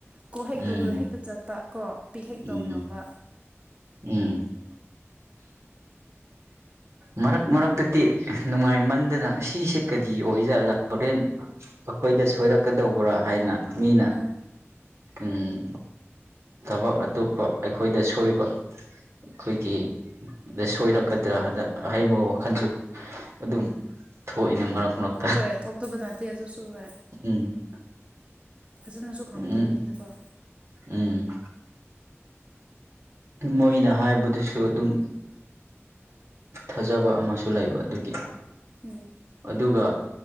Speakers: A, on the right (about 25°); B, on the right (about 70°).
A: ꯀꯣꯛ ꯍꯦꯛ
B: ꯎꯝ
A: ꯇꯧꯕꯗꯣ ꯍꯦꯛꯇ
B: ꯎꯝ
A: ꯆꯠꯄ ꯀꯣ ꯄꯤꯛ ꯍꯦꯛ
B: ꯎꯝ
A: ꯇꯧꯕ ꯉꯝꯕ꯫
B: ꯎꯝ꯫ ꯃꯔꯛ ꯃꯔꯛꯇꯗꯤ ꯅꯨꯡꯉꯥꯏꯃꯟꯗꯅꯥ ꯁꯤꯁꯦ ꯀꯔꯤ ꯑꯣꯏꯖꯥꯠꯔꯥ ꯍꯣꯔꯦꯟ꯫ ꯑꯩꯈꯣꯏꯗ ꯁꯣꯏꯔꯛꯀꯗꯧꯕ꯭ꯔꯥ ꯍꯥꯏꯅ ꯃꯤꯅꯥ
A: ꯎꯝ
B: ꯎꯝ꯫ ꯊꯕꯛ ꯑꯇꯣꯞꯄ ꯑꯩꯈꯣꯏꯗ ꯁꯣꯏꯕ꯫ ꯑꯩꯈꯣꯏꯒꯤꯗ ꯁꯣꯏꯔꯛꯀꯗ꯭ꯔꯥ ꯍꯟꯗꯛ꯫ ꯑꯍ°ꯟꯕꯥ ꯋꯥꯈꯜꯁꯨ ꯑꯗꯨꯝ ꯊꯣꯛꯏꯅꯥ ꯃꯔꯛ ꯃꯔꯛ꯫
A: ꯍꯣꯏ ꯊꯣꯛꯇꯕꯥ ꯅꯠꯇꯦ ꯑꯗꯨꯁꯨ ꯍꯣꯏ꯫
B: ꯎꯝ꯫
A: ꯐꯖꯅꯁꯨ ꯈꯪꯗꯔꯕꯅꯤꯅꯀꯣ꯫
B: ꯎꯝ ꯎꯝ꯫ ꯃꯣꯏꯅꯥ ꯍꯥꯏꯕꯗꯁꯨ ꯑꯗꯨꯝ꯫ ꯊꯥꯖꯕ ꯑꯃꯁꯨ ꯂꯩꯕ ꯑꯗꯨꯒꯤ꯫
A: ꯎꯝ
B: ꯑꯗꯨꯒ